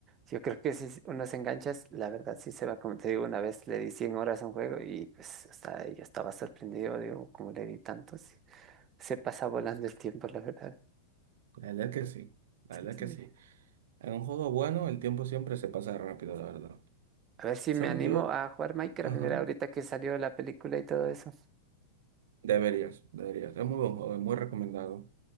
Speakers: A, on the right; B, on the right.
A: yo creo que si uno se engancha, la verdad sí se va, como te digo, una vez le di 100 horas a un juego y pues hasta yo estaba sorprendido, digo, cómo le di tanto, Sí, se pasa volando el tiempo, la verdad.
B: La verdad que sí, la
A: Sí,
B: verdad que
A: sí.
B: sí. En un juego bueno, el tiempo siempre se pasa rápido, la verdad.
A: A ver si
B: ¿Sabes?
A: me animo
B: Yo,
A: a jugar Minecraft,
B: ajá,
A: mira, ahorita que salió la película y todo eso.
B: deberías, deberías. Es muy buen juego, es muy recomendado.